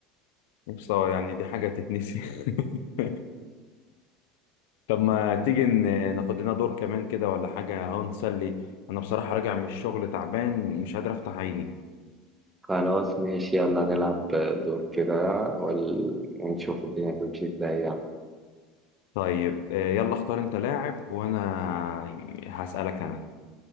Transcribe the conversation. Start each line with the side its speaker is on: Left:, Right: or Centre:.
Left: بصراحة يعني دي حاجة تتنسي <laughs> طب ما تيجي ن- ناخد لنا دور كمان كده ولا حاجة اهو نسلي أنا بصراحة راجع من الشغل تعبان ومش قادر أفتح عيني
Right: خلاص ماشي يلا نلعب دور كده وال... ونشوف الدنيا تمشي ازاي يعني
Left: طيب آه، يلا اختار أنت لاعب وأنا هسألك أنا